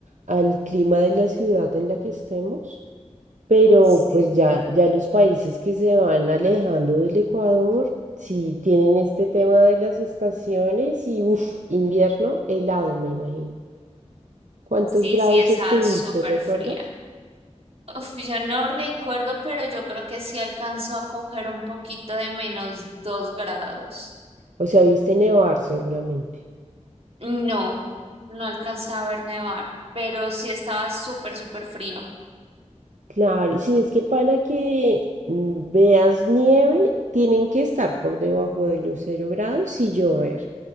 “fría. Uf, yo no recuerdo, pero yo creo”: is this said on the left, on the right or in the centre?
Right